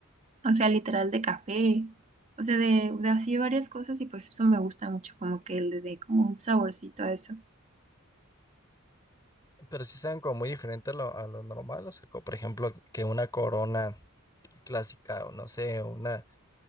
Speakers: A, on the right; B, on the left.
A: o sea, literal de café, o sea, de, de así varias cosas y pues eso me gusta mucho, como que le dé como un saborcito a eso.
B: Pero sí saben como muy diferente a lo, a lo normal, o sea, como por ejemplo, que una Corona clásica, o no sé, una,